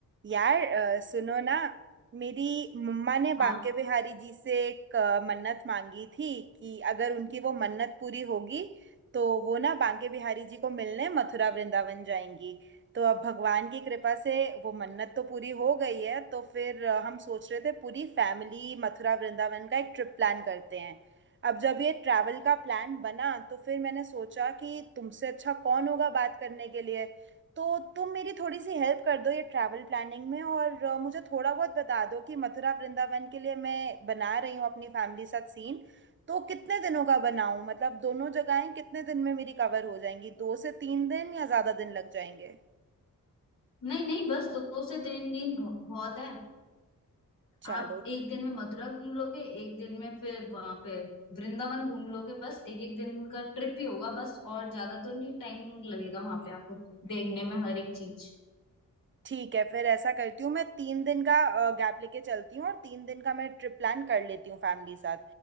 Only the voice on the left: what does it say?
हाँ
नहीं नहीं बस दो से तीन दिन बहु- बहुत है
आप एक दिन में मथुरा घूम लोगे एक दिन में फिर वहां पे वृंदावन घूम लोगे बस एक एक दिन का ट्रिप ही होगा बस और ज्यादा तो नहीं टाइम लगेगा वहां पे आपको देखने में हर एक चीज